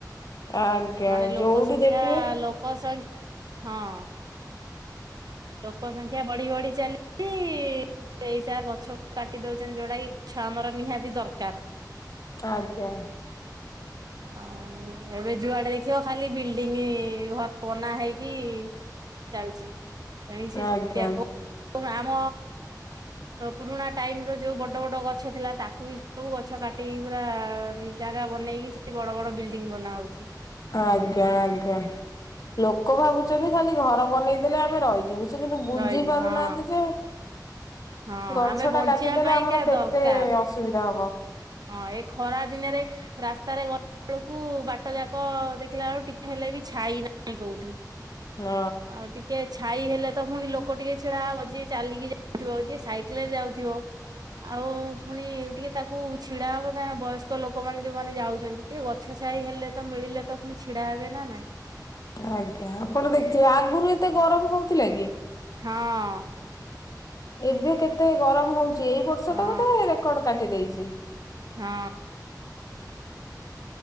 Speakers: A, on the left; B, on the right.
A: ଆଜ୍ଞା
B: ମାନେ ଲୋକ
A: ଯୋଉଠି
B: ସଂଖ୍ୟା
A: ଦେଖିବେ
B: ଲୋକ ସଂଖ ହଁ ଲୋକ ସଂଖ୍ୟା ବଢି ବଢି ଚାଲିଛି ଏଇସା ଗଛ। କାଟି ଦଉଛନ୍ତି ଯୋଉଟାକି ଗଛ ଆମର ନିହାତି ଦରକାର।
A: ଆଜ୍ଞା
B: ଅଉ ଏବେ ଯୁଆଡେ ଦେଖିବ ଖାଲି ବିଲଡିଙ୍ଗ ଘ ବନା ହେଇକି। ଚାଲଛି ଆମ ସେଆ
A: ଆଜ୍ଞା।
B: କ <inaudible> ଏବଂ ଆମ ପୁରୁଣା ଟାଇମ ର ଯୋଉ ବଡ ବଡ ଗଛ ଥିଲା ତାକୁ ବି ସବୁ ଗଛ କା କଟି ପୁରା ଜାଗା ବନେଇକି ସେଠି ବଡ ବଡ ବିଲ୍ଡିଙ୍ଗ ବନା ହଉଛି।
A: ଆଜ୍ଞା ଆଜ୍ଞା ଲୋକ ଭାବୁଛନ୍ତି ଖାଲି ଘର ବନେଇଦେଲେ ଆମେ ରହିଯିବୁ। ସେ କିନ୍ତୁ ବୁଝି
B: ରହିଛୁ
A: ପାରୁନାହାନ୍ତି
B: ହଁ
A: ଯେ।
B: ହଁ
A: ଗଛ
B: ଆମେ
A: ଟା
B: ବଞ୍ଚିବା
A: କାଟିଦେଲେ
B: ପାଇଁକା
A: ଆମର କେତେ
B: ଦରକାର
A: ଅସୁବିଧା ହ।
B: ହଁ ଏ ଖରା ଦିନରେ ରାସ୍ତାରେ ଗଲା ବେଳକୁ ବାଟ ଯାକ ଦେଖିଲା ବେଳକୁ ଟିକା ହେଲେ ବି ଛାଇ ନାହିଁ କଉଠି
A: ହଁ
B: ଆଉ ଟିକେ ଛାଇ ହେଲେ। ହେଲେ ତ ପୁଣି ଲୋକ ଟିକେ ଛିଡା ଯିଏ ଚାଲିକି ଯାଉଥିବ ଯିଏ ସାଇକେଲ ରେ ଯାଉଥିବ ଆଉ ପୁଣି ଟିକେ ତାକୁ। ହଉ ଛିଡା ହବ ନା ବୟସ୍କ ଲୋକମାନେ ଯୋଉମାନେ ଯାଉଛନ୍ତି ଟିକେ ଗଛାଇଁ ହେଲେ ତ ମିଳିଲେ ତ ପୁଣି ଛିଡାବ ବ ନା ନାଇ <unintelligible>
A: ଆଜ୍ଞା ଆପଣ ଦେଖିଥିବେ ଆଗରୁ ଏତେ ଗରମ ହଉଥିଲା କି
B: ହଁ।
A: ଏବେ କେତେ ଗରମ ହଉଛି ଏଇ ବର୍ଷ
B: ହଁ
A: ତ ବୋଧେ ରେକର୍ଡ କାଟି ଦେଇେଇଛି।
B: ହଁ।
A: ହ <inaudible>